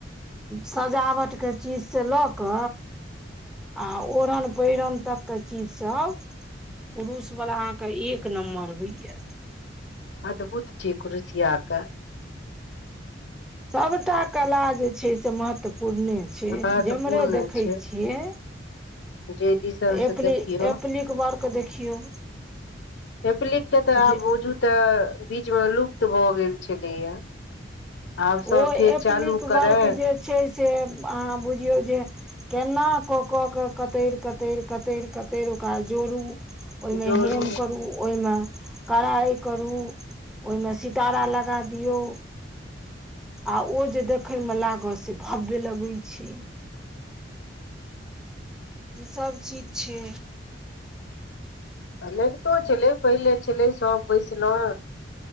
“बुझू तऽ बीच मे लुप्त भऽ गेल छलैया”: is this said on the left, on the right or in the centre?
Left